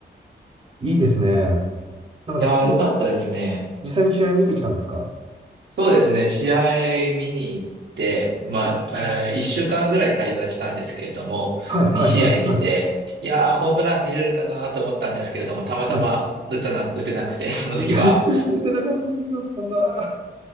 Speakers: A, on the right; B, on the right.
A: いいですね。なんか実際に、
B: いやー、よかったですね。
A: 実際に試合見てきたんですか
B: そうですね、試合見に行って、まあ、
A: おー
B: えー、1週間ぐらい滞在したんですけれども、
A: はい、
B: 2試合見て、
A: はい、はい、はい。
B: いやー、ホームラン見れるかなと思ったんですけれども、たまたま打たなく、
A: はい。
B: 打てなくて、<laughs> その日は。
A: <laughs> 打ててなかったことだったんだ。